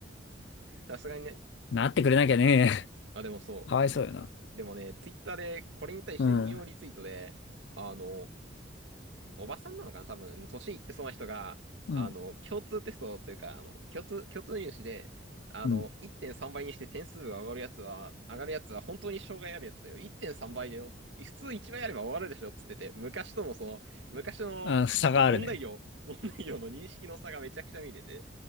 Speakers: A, on the right; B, on the left.
A: さすがにね。
B: なってくれなきゃね。
A: あ、でもそう、
B: <laughs> かわいそうよな。
A: こ、でもね、ツイッターでこれに対して引用リツイートで、
B: うん。
A: あの、おばさんなのかな多分、年いってそうな人が、
B: うん。
A: あの、共通テストというか、あの、共通、共通入試で、あの、
B: うん。
A: 1.3倍にして点数が上がるやつは、上がるやつは本当に障害あるやつだよ。1.3倍だよ。普通1倍あれば終わるでしょっつってて、昔とのその、昔の、
B: あ、差があるね。
A: その問題量、問題量の認識の差がめちゃくちゃ見てて、